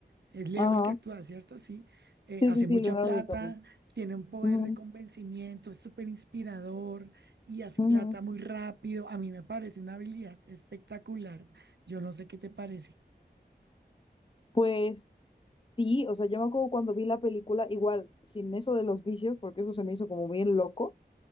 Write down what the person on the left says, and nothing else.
ajá.
Sí,
sí, sí,
Leonardo
DiCaprio.
Ujú,
ujú.
Pues sí, o sea, yo me acuerdo cuando vi la película, igual, sin eso de los vicios, porque eso se me hizo como bien loco.